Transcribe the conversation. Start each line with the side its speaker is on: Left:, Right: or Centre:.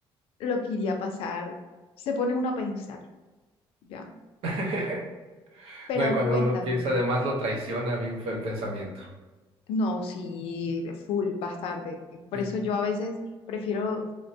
Left: lo que iría a pasar, se pone uno a pensar, ¿ya?
Right: <laughs>
Left: Pero
Right: No, y cuando
Left: cuenta,
Right: uno piensa, además lo traiciona bien feo el pensamiento.
Left: no, sí, full, bastante. Por
Right: Sí.
Left: eso yo a veces prefiero,